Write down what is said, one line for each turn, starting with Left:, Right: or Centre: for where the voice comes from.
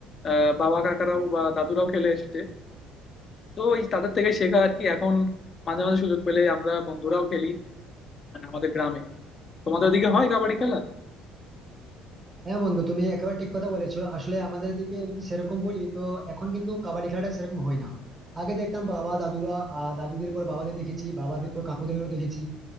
Left: আহ, বাবা কাকারাও বা দাদুরাও খেলে এসেছে তো ওই তাদের থেকে শেখা আর কি এখন মাঝে মাঝে সুযোগ পেলে আমরা বন্ধুরাও খেলি মানে আমাদের গ্রামে তোমাদের ওদিকে হয় কাবাডি খেলা
Right: হ্যাঁ বন্ধু তুমি একেবারে ঠিক কথা বলেছো আসলে আমাদের এদিকে যদি সেরকম বলি তো এখন কিন্তু কাবাডি খেলাটা সেরকম হয় না আগে দেখতাম বাবা দাদুরা আহ, দাদুদের পর বাবাদের দেখেছি বাবাদের পর কাকুদেরও দেখেছি